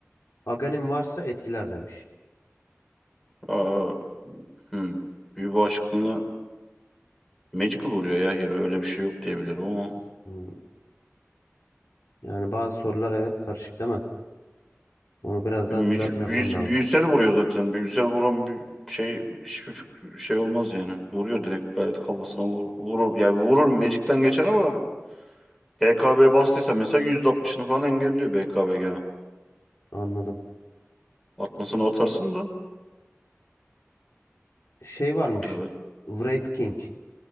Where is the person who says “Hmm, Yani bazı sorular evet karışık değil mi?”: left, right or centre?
Left